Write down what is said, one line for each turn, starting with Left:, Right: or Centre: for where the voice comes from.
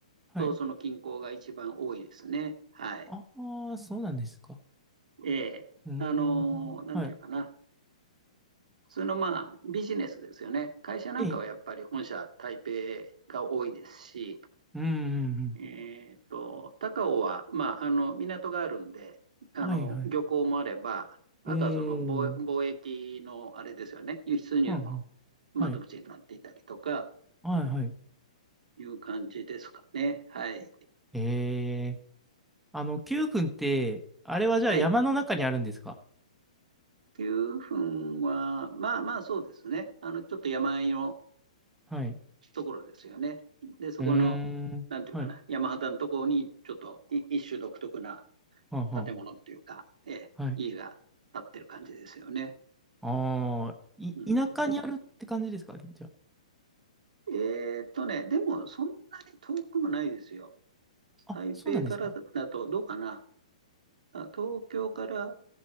Centre: はい。
Right: とその近郊が一番多いですね。はい。
Centre: ああ、そうなんですか。
Right: ええ。
Centre: うーん、
Right: あのーなんていうかな。
Centre: はい。
Right: 普通のまあビジネスですよね。会社なんかはやっぱり本社台北
Centre: え、
Right: が多いですし、
Centre: うん、うん、
Right: えーっと、高尾は、まあ、あの、港があるんで、あの、
Centre: うん。はい、はい。
Right: 漁港もあれば、あとはその貿、
Centre: うーん、うん
Right: 貿易の、あれですよね、輸出入の
Centre: うん、
Right: 窓口になっていたりとか、
Centre: はい、はい、はい。
Right: いう感じですかね。はい。
Centre: へえ、あの、九君って、あれはじゃあ山の中にあるんですか
Right: はい。9分は、まあまあそうですね。あの、ちょっと山あいの
Centre: はい。
Right: ところですよね。で、そこの、
Centre: うーん、
Right: なんていうかな、
Centre: はい、
Right: 山肌のところに、ちょっとい一種独特な
Centre: はあは
Right: 建物っていうか、ええ、
Centre: あ。はい
Right: 家が建ってる感じですよね。
Centre: ああ、い、
Right: うん。
Centre: 田舎にあるって感じですかじゃ
Right: えーっとね、でもそんなに遠くもないですよ。
Centre: あ。
Right: 台北からだとどうかな。
Centre: あ、そうなんですか。
Right: あ東京から